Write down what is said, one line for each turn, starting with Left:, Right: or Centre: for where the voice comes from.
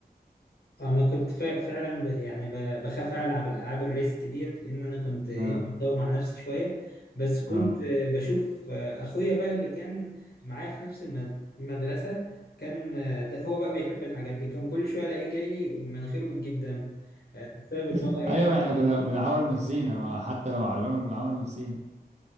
Left: انا كنت فا- فعلا ب- يعني ب- بخاف العب الالعاب الريسك ديت لان انا كنت ايه
Right: اه
Left: متداوم مع نفسي شويه بس كنت
Right: اه
Left: آه، بشوف آه، اخويا بقى اللي كان معايا في نفس المد- المدرسه كان آه، ده هو بقى بيحب الحاجات دي كان كل شويه الاقيه جاي لي مناخيره بتجيب دم آه، بسبب ان
Right: <laughs>
Left: هو ايه
Right: ايوه يعني كنا بنعور نفسينا ما حتى لو على الرمل بنعور نفسينا